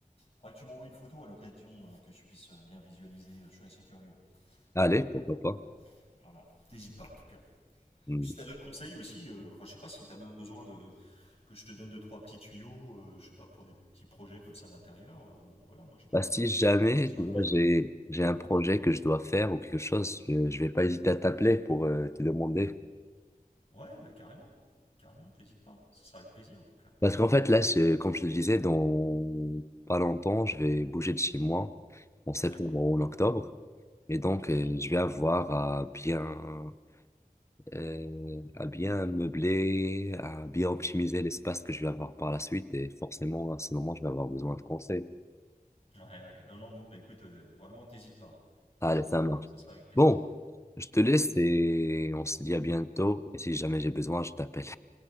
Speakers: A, on the left; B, on the left.
A: Faudrait que tu m'envoies une photo à l'occasion euh, que je puisse euh, bien visualiser. Je suis assez curieux.
B: Allez,
A: Mais euh,
B: pourquoi pas.
A: Voilà. T'hésites pas, en tout cas.
B: Hmm.
A: Puis si t'as d'autres conseils aussi, euh, enfin, je sais pas si t'as besoin de que je te donne deux, trois petits tuyaux, euh, je sais pas, pour des petits projets comme ça d'intérieur, euh, bon, voilà, moi, je peux...
B: Bah, si jamais,
A: Ce sera
B: tu
A: un
B: vois,
A: plaisir.
B: j'ai, j'ai un projet que je dois faire ou quelque chose, je, je vais pas hésiter à t'appeler pour euh, te demander.
A: Ouais, mais carrément. Carrément, t'hésites pas. Ce sera avec plaisir, en tout cas.
B: Parce qu'en fait, là, c'est- comme je te disais, dans pas longtemps, je vais bouger de chez moi en septembre
A: Ouais.
B: ou en octobre. Et donc, euh,
A: Mhm.
B: je vais avoir à bien, euh, à bien meubler, à bien optimiser l'espace que je vais avoir par la suite. Et forcément, à ce moment, je vais avoir besoin de conseils.
A: Ouais, ouais. Non, non, mais écoute, euh, vraiment, t'hésites pas. hein.
B: Allez,
A: T'hésites
B: ça
A: pas.
B: marche.
A: Ça sera avec plaisir.
B: Bon, je te laisse et on se dit à bientôt. Et si jamais j'ai besoin, je t'appelle.